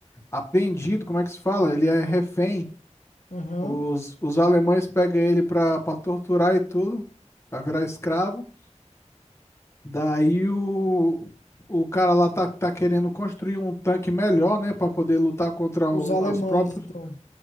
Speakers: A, on the left; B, on the left.
A: apreendido, como é que se fala? Ele é refém.
B: aham.
A: Os, os alemães pegam ele pra, pra torturar e tudo, pra virar escravo. Daí o, o cara lá tá, tá querendo construir um tanque melhor, né, Pra poder lutar contra o-
B: Os alemães,
A: os próprios.
B: então.